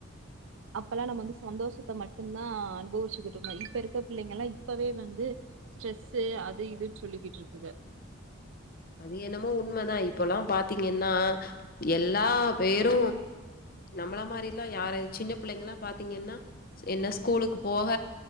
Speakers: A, on the right; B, on the left.
A: அப்பெல்லா நம்ம வந்து சந்தோஷத்த மட்டும்தா அனுபவிச்சுக்கிட்டு இருந்தோ இப்ப இருக்க பிள்ளைங்க எல்லா இப்பவே வந்து ஸ்ட்ரெஸ்ு அது இதுன்னு சொல்லிக்கிட்டு இருக்குங்க
B: அது என்னமோ உண்மதா இப்பல்லா பாத்தீங்கன்னா எல்லா பேரு நம்மள மாதிரல்லா யார சின்ன பிள்ளைங்கல்லா பாத்தீங்கன்னா என்ன ஸ்கூலுக்கு போக